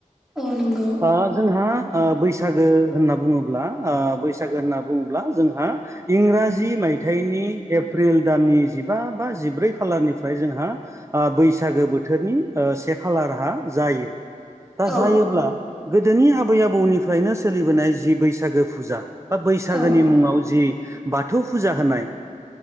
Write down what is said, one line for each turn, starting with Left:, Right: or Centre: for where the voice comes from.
Centre: औ नंगौ
Right: ओ जोंहा ओ बैसागो होनना बुङोब्ला ओ बैसागो होनना बुङोब्ला जोंहा इंराजि मायथाइनि एप्रिल दाननि जि जिबा बा जिब्रै खालारनिफ्राय जोंहा आ बैसागो बोथोरनि ओ से खालारहा जायो दा
Centre: औ
Right: जायोब्ला गोदोनि आबै आबौनिफ्रायनो सोलिबोनाय जि बैसागो फुजा बा बैसागोनि
Centre: औ
Right: मुङाव जि बाथौ फुजा होनाय